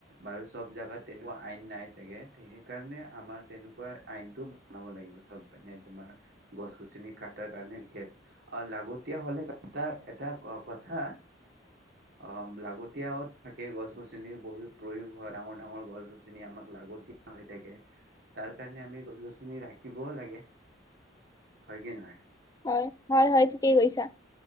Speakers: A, on the right; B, on the left.
A: বাৰু চব জাগাত তেনেকুৱা আইন নাই চাগে সেই কাৰণে আমাৰ তেনেকুৱা আইনটো বনাব লাগিব চব মানে তোমাৰ গছ গছনি কাটাৰ কাৰণে অ' লাগতিয়া হ'লে এটা এটা কথা অ' লাগতিয়াও থাকে গছ গছনিৰ বহুত প্ৰয়োগ হয় ডাঙৰ ডাঙৰ গছ গছনি আমাক লাগতি হৈ থাকে তাৰ কাৰণে আমি গছ গছিনি ৰাখিবও লাগে। হয় কি নহয়?
B: হয়! হয়, হয় ঠিকেই কৈছা,